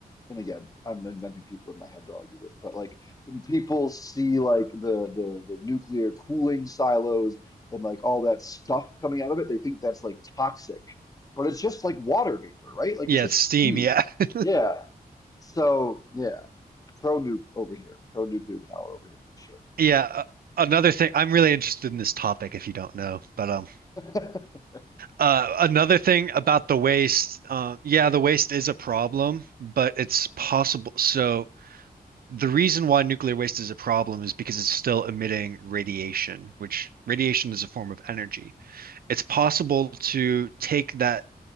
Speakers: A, on the left (about 20°); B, on the right (about 70°).
A: and again, I'm inventing people in my head to argue with, but like when people see like the the the nuclear cooling silos and like all that stuff coming out of it, they think that's like toxic. But it's just like water vapor, right? Like
B: Yeah,
A: it's just
B: it's steam.
A: steam.
B: Yeah. <laughs>
A: Yeah. So yeah, pro nuke over here, pro nuclear power over here for sure.
B: Yeah. uh, Another thing, I'm really interested in this topic if you don't know, but um
A: <laughs>
B: uh another thing about the waste, uh yeah, the waste is a problem, but it's possible. So the reason why nuclear waste is a problem is because it's still emitting radiation, which radiation is a form of energy. It's possible to take that